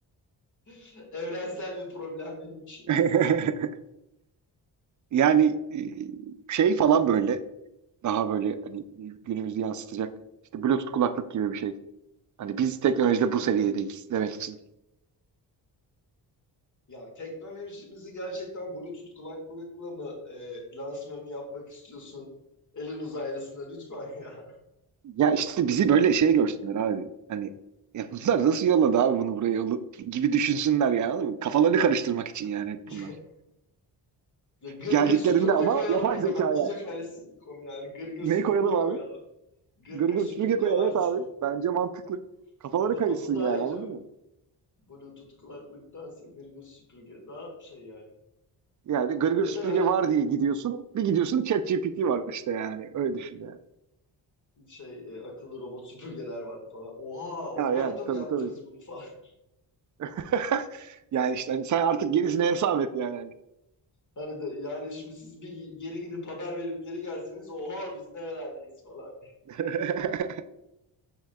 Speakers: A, on the left; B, on the right.
A: <laughs> Evrensel bir problem benimki.
B: <laughs> Yani e, şey falan böyle daha böyle hani günümüzü yansıtacak işte Bluetooth kulaklık gibi bir şey. Hani biz teknolojide bu seviyedeyiz demek için.
A: Ya teknolojimizi gerçekten Bluetooth kulaklıkla mı e, lansmanını yapmak istiyorsun? Elin uzaylısına lütfen ya.
B: Ya işte bizi böyle şey görsünler abi. Hani ya bunlar nasıl yolladı abi bunu buraya yolla- gibi düşünsünler yani. anladın mı? Kafalarını karıştırmak için yani hep
A: <laughs>
B: bunlar.
A: Ya gır
B: Geldiklerinde
A: gır süpürge
B: ama
A: koyalım
B: yapay
A: o zaman.
B: zekaya.
A: İyice karışsın konu yani. Gır gır
B: Ne
A: süpürge
B: koyalım abi?
A: koyalım. Gır
B: Gırgır
A: gır süpürge
B: süpürge koy.
A: var
B: Evet abi.
A: diye.
B: Bence mantıklı.
A: <laughs>
B: Kafaları
A: Bu
B: karışsın
A: da bu daha
B: yani
A: iyi
B: anladın
A: canım.
B: mı?
A: Bluetooth kulaklıktansa gır gır süpürge daha şey yani.
B: Yani gırgır
A: Ya
B: süpürge
A: da hani
B: var diye gidiyorsun. Bir gidiyorsun ChatGPT var işte yani. Öyle düşün yani.
A: şey e, akıllı robot <laughs> süpürgeler var falan. Oha o
B: Ha
A: bu
B: yani
A: arada mı
B: tabii
A: yaptınız
B: tabii.
A: bunu falan. <laughs>
B: <laughs> Yani işte hani sen artık gerisini hesap et yani. Hani.
A: Hani de yani şimdi siz bir geri gidip haber verip geri gelseniz oha biz nerelerdeyiz falan diye.
B: <laughs>